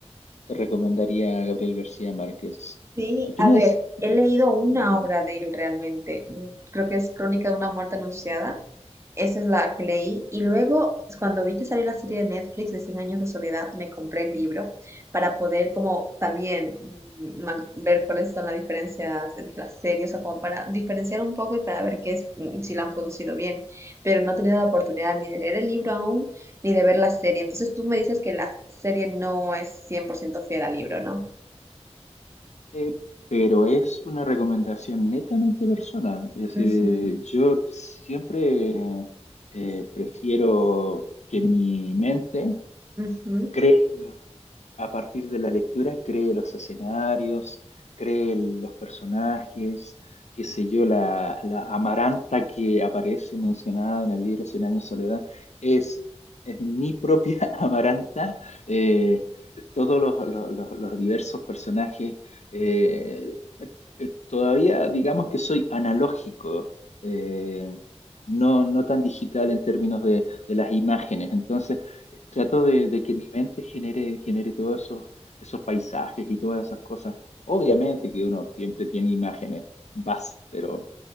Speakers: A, on the left; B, on the right.
A: te recomendaría a Gabriel García Márquez.
B: Sí,
A: Y tú
B: a
A: me
B: ver,
A: des,
B: he leído una
A: Ujú.
B: obra de él realmente. mm, Creo que es Crónica de una muerte anunciada. Esa es la que leí. Y luego, cuando vi que salió la serie de Netflix de Cien años de soledad, me compré el libro para poder como también mm, ma- ver cuáles son las diferencias entre las series, o sea, como para diferenciar un poco y para ver qué es, mm, si la han producido bien. Pero no he tenido la oportunidad ni de leer el libro aún, ni de ver la serie. Entonces tú me dices que la serie no es 100% fiel al libro, ¿no?
A: Eh, pero es una recomendación netamente personal. Es decir,
B: Ujú.
A: yo siempre eh, prefiero que mi mente
B: Ujú. <laughs>
A: cree A partir de la lectura, cree los escenarios, cree el- los personajes, qué sé yo, la, la Amaranta que aparece mencionada en el libro Cien años de soledad, es, es mi propia <laughs> Amaranta. eh, todos los, los- los- los diversos personajes, eh, eh, Todavía digamos que soy analógico, eh, no, no tan digital en términos de, de las imágenes. Entonces, eh, trato de, de que mi mente genere, genere todos esos, esos paisajes y todas esas cosas. Obviamente que uno siempre tiene imágenes base, pero,